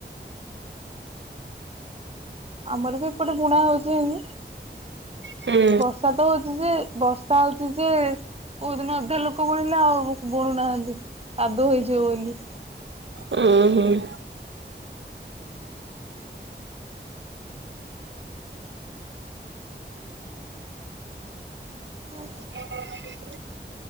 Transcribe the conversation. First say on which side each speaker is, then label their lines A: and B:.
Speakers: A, on the right; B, on the right.
A: ଆମର ବି ଏପଟେ ବୁଣା ହଉଚିବର୍ଷା
B: ହୁଁ
A: ତ ହଉଚି ଯେ ବ ବର୍ଷା ହଉଚି ଯେ କୋଉ ଦିନ ଅଧା ଲୋକ ବୁଣିଲେ ଆଉ ବୁଣୁନାହାନ୍ତି କାଦୁଅ ହେଇଯିବ ବୋଲି।
B: ହୁଁ ହୁଁ।
A: ହୁଁ।
B: ହ <unintelligible>